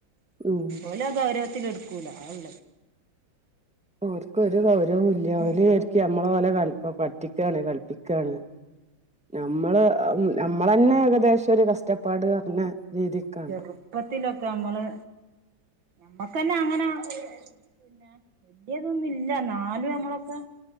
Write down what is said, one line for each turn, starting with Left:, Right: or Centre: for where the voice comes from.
Centre: ഉം
Right: ഓല് അത് ഗൗരവത്തിൽ എടുക്കൂല അതാ ഉള്ളത്
Centre: അവർക്ക് ഒരു കൗരവും
Right: അങ്ങനത്തെ
Centre: ഇല്ല ഓല് വിചാരിക്കും നമ്മളെ ഓലെ പറ്റിക്കാ ണ് കളിപ്പിക്കാണ് നമ്മള് നമ്മൾ തന്നെ ഏകദേശം ഒരു കഷ്ടപ്പാട് പറഞ്ഞ രീതിക്കാണ്
Right: ചെറുപ്പത്തിലൊക്കെ നമ്മള് നമ്മക്കെന്നാ അങ്ങനെ പിന്നെ വല്യതൊന്നുംഇല്ല ന്നാലും നമ്മളൊക്കെ